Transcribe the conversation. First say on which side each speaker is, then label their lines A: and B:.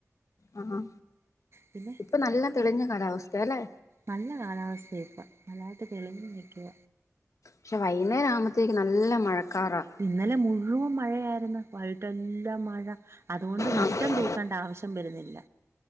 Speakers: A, on the left; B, on the right.
A: ആഹ്
B: പിന്നെ
A: ഇപ്പൊ നല്ല തെളിഞ്ഞ കാല വസ്ഥ അല്ലേ
B: നല്ല കാലാവസ്ഥ ഇപ്പോ നല്ലായിട്ട് തെളിഞ്ഞ് നിൽക്ക
A: പക്ഷേ വൈകുന്നേരം ആകുമ്പഴത്തേക്ക് നല്ല മഴക്കാറാ
B: ഇന്നലെ മുഴുവൻ മഴയായിരുന്നു വൈകിട്ടെല്ലാം മഴ അതുകൊണ്ട്
A: ആഹ്
B: മുറ്റം തൂക്കേണ്ട ആവശ്യം വരുന്നില്ല